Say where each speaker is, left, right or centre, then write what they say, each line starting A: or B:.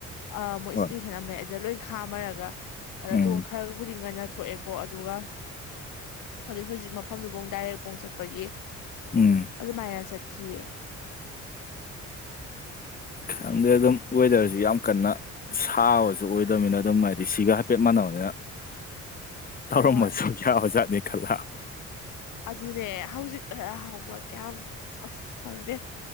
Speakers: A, on the left; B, on the left.
A: ꯑ ꯃꯣꯏ
B: ꯍꯣꯏ
A: ꯏꯁꯇꯦꯁꯟ ꯑꯃ ꯂꯩ ꯑꯗꯨꯗ ꯂꯣꯏ ꯈꯥꯝꯃꯔꯒ ꯑꯗꯣ
B: ꯎꯝ
A: ꯇꯣ ꯈꯔꯒꯕꯨꯗꯤ ꯉꯟꯅ ꯊꯣꯛꯑꯦ ꯀꯣ ꯑꯗꯨꯒ ꯍꯧꯖꯤꯛ ꯍꯧꯖꯤꯛ ꯃꯐꯝꯗꯨꯐꯥꯎ ꯗꯥꯏꯔꯦꯛ ꯄꯨꯡ ꯆꯠꯄꯒꯤ
B: ꯎꯝ
A: ꯑꯗꯨꯃꯥꯏꯅ ꯆꯠꯈꯤꯌꯦ <inaudible>
B: ꯈꯪꯗꯦ ꯑꯗꯨꯝ ꯋꯦꯗꯔꯁꯤ ꯌꯥꯝ ꯀꯟꯅ ꯁꯥꯕꯁꯨ ꯑꯣꯏꯗꯕꯅꯤꯅ ꯑꯗꯨꯝ ꯍꯥꯏꯗꯤ ꯁꯤꯒ ꯍꯥꯏꯐꯦꯠ ꯃꯥꯟꯅꯕꯅꯤꯅ
A: <inaudible>
B: ꯇꯧꯔꯝꯃꯁꯨ
A: ꯍꯣꯏ
B: ꯌꯥ ꯑꯣꯖꯥꯠꯅꯤ ꯈꯜꯂꯥ
A: ꯑꯗꯨꯅꯦ ꯍꯧꯖꯤꯛꯇ ꯍꯥꯎꯕ ꯀꯌꯥꯝ ꯑꯁ ꯈꯪꯗꯦ